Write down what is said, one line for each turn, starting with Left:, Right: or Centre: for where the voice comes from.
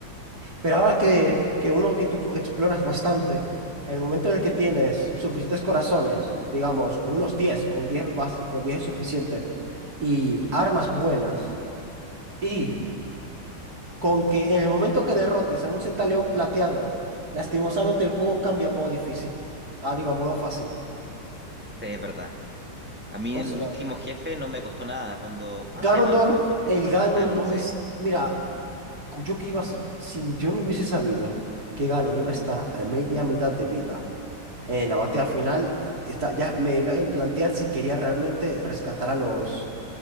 Right: Pero ahora que, que uno que tú co- exploras bastante, en el momento en el que tienes suficientes corazones, digamos, con unos 10, con 10 más, con 10 es suficiente, y armas buenas, y con que en el momento que derrotes a un centaleón plateado, lastimosamente el juego cambia a modo difícil. Ah, digo, a modo fácil.
Centre: es verdad. A mí
Right: O
Centre: el
Right: sea,
Centre: último jefe no me costó nada. Cuando,
Right: Ganondorf,
Centre: ¿cómo se llama el último jefe?
Right: el Ganon
Centre: Canon,
Right: no me...
Centre: sí.
Right: es- Mira, yo que iba... sin- sin- yo no hubiese sabido que Ganon iba a estar a media mitad de vida en la batalla final, está, ya me iba a plantear si quería realmente rescatar a los...